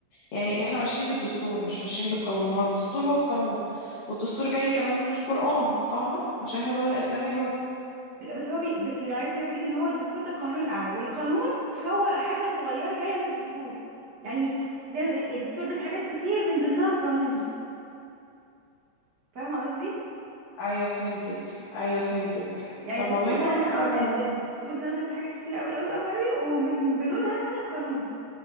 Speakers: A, on the left; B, on the right.
A: يعني احنا ماشيين بالدستور مش ماشيين بالقانون هو الدستور هو القانون والدستور جاي كمان من القرآن فاهمة عشان احنا دولة إسلامية برضه
B: لا بس هو بي... بس اللي عرفت بيقول لك ان هو الدستور ده القانون الاعلى والقانون هو حاجه صغيره جايه من الدستور يعني زي ما تقول الدستور ده في حاجات كتير من ضمنها القانون فاهمه قصدي
A: ايوه فهمتك ايوه فهمتك
B: يعني
A: طب
B: الدستور
A: والله معلومة
B: ده اه
A: حلوة
B: يعني
A: يعني
B: الد- الدستور ده مثلا في حاجات كتير قوي قوي قوي قوي ومن بنودها مثلا قانون